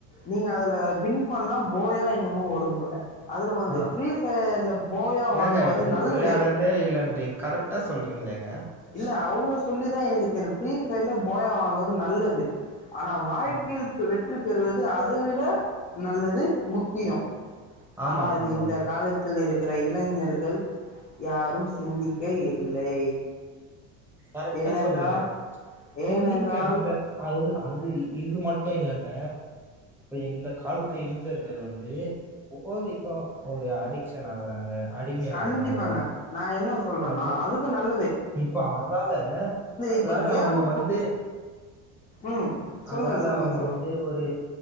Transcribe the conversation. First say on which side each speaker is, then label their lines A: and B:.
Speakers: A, on the left; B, in the centre.
A: நீங்க அதுல வின் பண்ணா போயா என்னம வரும் போல அதுல வந்து
B: ஆ
A: பிரீ பையர் போயா வாங்குவது
B: ஏங்க நீங்க
A: நல்லது
B: விளையாடதே இல்லைன்றீங்க கரெக்டா சொல்றீங்களேங்க
A: இல்ல அவங்க சொல்லிதான் எனக்கு தெரியு இப்ப இல்ல போயா வாங்குவது நல்லது ஆனா வாழ்க்கையில்
B: ம்.
A: வெற்றி பெறுவது அதை விட நல்லது முக்கியம்
B: ஆமாங்க
A: ஆனா அது
B: ஆமாங்க
A: இந்த காலத்தில்இருக் இருக்கிற இளைஞர்கள் யாரும் சிந்திக்க இ இல்லை
B: கரெக்டா
A: ஏனென்றால்
B: சொல்றீங்க சிந்திக்க
A: ஏனென்றால்
B: நீங்க அது அது இது மட்டு இல்லங்க இந்த காலத்து இளைஞர்கள் வந்து போதைக்கு ஒரு அடி டேஷன் ஆகுறாங்க அடிமை
A: கண்டிப்பாங்க
B: ஆகுறாங்க
A: நா என்ன சொல்றேன்னா
B: அது
A: அதுக்கு நல்
B: இப்ப அதால அதால
A: இப்ப கேமுக்கு
B: அவங்க வந்து
A: ம் சொல்லுங்க
B: அதால
A: சொல்லுங்க
B: அவங்க
A: சொல்லுங்க
B: வந்து ஒரு